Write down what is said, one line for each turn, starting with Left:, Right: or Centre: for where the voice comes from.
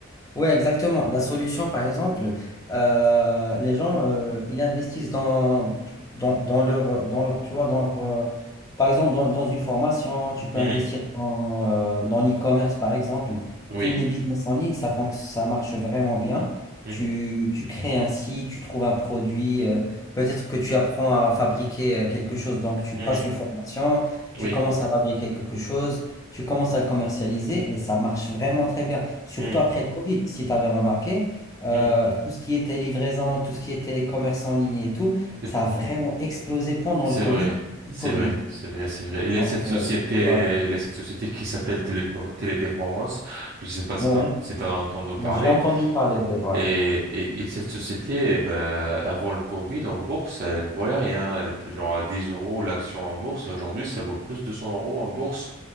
Left: Oui, exactement. La solution, par exemple, euh, les gens, euh, ils investissent dans, dans, dans leur, dans leur, tu vois, dans leur, euh, par exemple, dans, dans une formation, tu peux
Right: Mhm.
Left: investir dans, euh, dans l'e-commerce, par exemple.
Right: oui
Left: Tous les business en ligne, ça, fonc- ça marche vraiment bien.
Right: Mhm,
Left: Tu, tu crées un site, tu trouves un produit, euh, peut-être que tu apprends à fabriquer euh, quelque chose, donc tu
Right: mhm.
Left: passes une formation, tu
Right: oui
Left: commences à fabriquer quelque chose, tu commences à le commercialiser et ça marche vraiment très bien. Surtout
Right: Mhm,
Left: après le Covid, si tu avais remarqué, euh,
Right: mhm.
Left: tout ce qui était livraison, tout ce qui était commerce en ligne et tout,
Right: Et-
Left: ça a vraiment explosé pendant
Right: C'est
Left: le Covid.
Right: vrai,
Left: Le
Right: c'est
Left: Covid.
Right: vrai, c'est vrai, c'est vrai. Il y a
Left: Donc,
Right: cette
Left: euh,
Right: société,
Left: ouais.
Right: il y a cette société qui s'appelle Télé- Téléperformance. Je ne sais pas si
Left: Ouais.
Right: tu as entendu parler.
Left: J'ai entendu parler d'elle, ouais.
Right: Et, et, et cette société, eh ben, avant le Covid, en bourse, elle valait rien. Elle était genre à 10 euros l'action en bourse. Et aujourd'hui, ça vaut plus de 200 euros en bourse